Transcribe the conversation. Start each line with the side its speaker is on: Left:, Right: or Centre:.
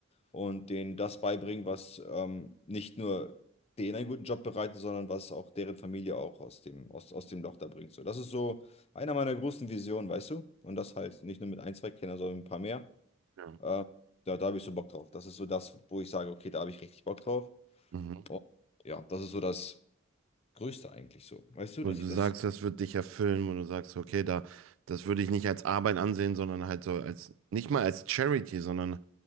Left: und denen das beibringen, was ähm, nicht nur denen einen guten Job bereitet, sondern was auch deren Familie auch aus dem, aus, aus dem Loch da bringt. So, das ist so einer meiner großen Visionen, weißt du? Und das halt nicht nur mit ein, zwei Kindern, sondern mit ein paar mehr.
Right: Ja.
Left: Äh, da, da habe ich so Bock drauf. Das ist so das, wo ich sage, okay, da habe ich richtig Bock drauf.
Right: Mhm.
Left: Und ja, das ist so das Größte eigentlich so. Weißt du,
Right: Und
Left: dass
Right: du
Left: ich
Right: sagst,
Left: das.
Right: das wird dich erfüllen, und du sagst, okay, da, das würde ich nicht als Arbeit ansehen, sondern halt so als, nicht mal als Charity, sondern